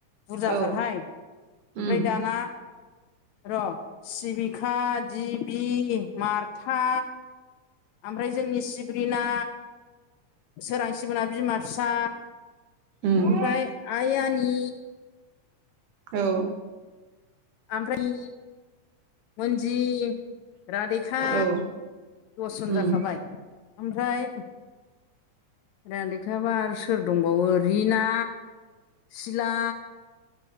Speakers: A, on the left; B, on the right.
A: बुरजाथारहाय
B: औ
A: ओमफ्राय
B: उम
A: दाना र' सिबिखा दिबि मारथा ओमफ्राय जोंनि सिब्रिना सोरांसि मोनना बिमा फिसा
B: उम
A: ओमफ्राय आइ आनि
B: औ
A: ओमफ्राय मोनजि रादेका
B: औ
A: द'सजन
B: उम
A: जाखाबाय ओमफ्राय रदेखाबा आरो सोर दंबावो रिना सिला